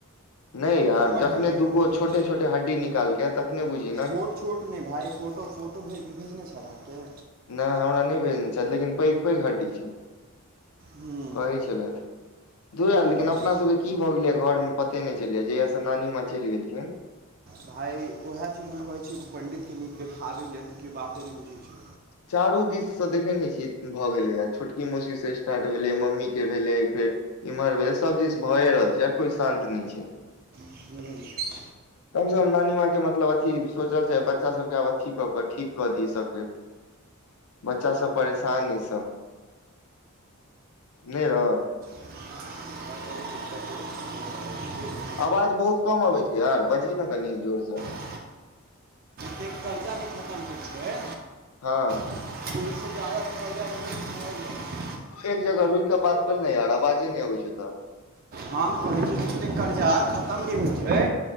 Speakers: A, on the left; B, on the right.
A: नहि यार
B: बड
A: जखने
B: हड्डी
A: दूगो
B: कटलकै
A: छोट छोट छोट हड्डी निकाल के तखने बुझियै
B: छोट छोट नहि भाय फोटो फोटो भेजने छल अहाँके
A: नहि हमरा नहि भेजने छथि लेकिन पैघ पैघ हड्डी छै
B: हूँ
A: कहै छलै दू यार लेकिन
B: हँ
A: अपना सबके की भ गेलै घर मे पते नहि चलियै जहिया नानी माँ चलि गेलखिन
B: भाय उएह चीज हम कहैत छी एगो पण्डित के नीक देखाबै लेल त केओ बाते नहि बुझै छै
A: चारू दिस सँ देखै नहि छियै भ गेलै आ छोटकी मौसी सँ स्टार्ट भेलै मम्मी के भेलै फेर इम्हर भेल सब चीज भए रहल छै यार कोय शान्त नहि छै
B: हू
A: कम से कम नानी माँ के मतलब अथी सोचल चाह बच्चा सबके आब अथी क क ठीक क दिय सभ के बच्चा सब परेशान ह सब नहि रौअ
B: <inaudible>
A: आवाज बहुत कम अबै छै यार बजही न कनि जोर सँ
B: <inaudible> के कर्जा नहि खत्म होय छै
A: हँ
B: <inaudible>
A: एक जगह रुकि क बात करन यार आवाजे नहि अबै छै तोहर
B: हम कहैत छी जे एतेक कर्जा खत्म नहि होय छै